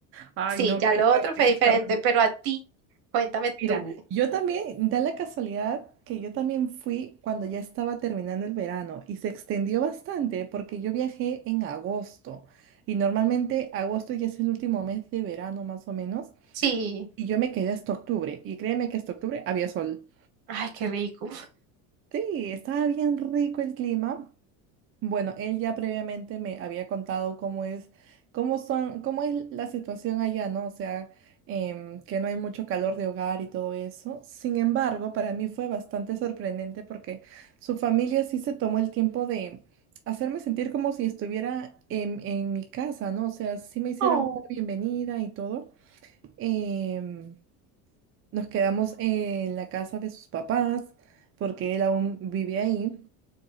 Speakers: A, on the right; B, on the right.
A: Ay,
B: sí,
A: no,
B: ya
A: qué
B: lo
A: suerte,
B: otro fue
A: qué
B: diferente,
A: suerte.
B: pero a ti, cuéntame
A: Mira,
B: tú.
A: yo también, da la casualidad que yo también fui cuando ya estaba terminando el verano y se extendió bastante porque yo viajé en agosto y normalmente agosto ya es el último mes de verano más o menos
B: Sí,
A: y yo me quedé hasta octubre y créeme que hasta octubre había sol.
B: ay, qué rico.
A: Sí, estaba bien rico el clima. Bueno, él ya previamente me había contado cómo es, cómo son, cómo es la situación allá, ¿no? O sea, em, que no hay mucho calor de hogar y todo eso. Sin embargo, para mí fue bastante sorprendente porque su familia sí se tomó el tiempo de hacerme sentir como si estuviera en, en mi casa, ¿no? O sea, sí me hicieron
B: Oh,
A: una bienvenida y todo. Em, nos quedamos en la casa de sus papás porque él aún vive ahí